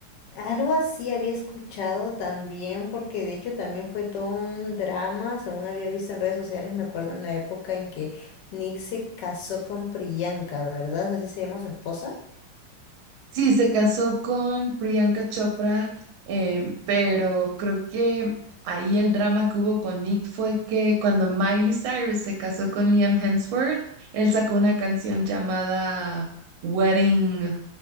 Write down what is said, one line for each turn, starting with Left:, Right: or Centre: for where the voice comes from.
Left: Algo así había escuchado también, porque de hecho también fue todo un drama, según había visto en redes sociales, me acuerdo en la época en que Nick se casó con Priyanka, ¿verdad? Así se llama su esposa.
Right: Sí, se casó con Priyanka Chopra, em, pero creo que ahí el drama que hubo con Nick fue que cuando Miley Cyrus se casó con Liam Hemsworth, él sacó una canción llamada Wedding,